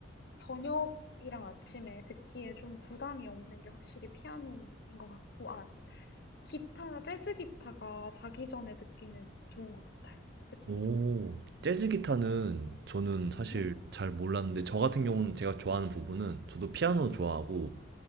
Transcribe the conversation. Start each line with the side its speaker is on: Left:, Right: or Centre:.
Left: 저녁이랑 아침에 듣기에 좀 부담이 없는 게 확실히 피아노인 것 같고, 아, 기타, 재즈 기타가 자기 전에 듣기는 좋은 것 같아요. 듣기
Right: 오,
Left: 더.
Right: 재즈 기타는 저는 사실
Left: 네,
Right: 잘 몰랐는데, 저 같은 경우는 제가 좋아하는 부분은, 저도 피아노 좋아하고,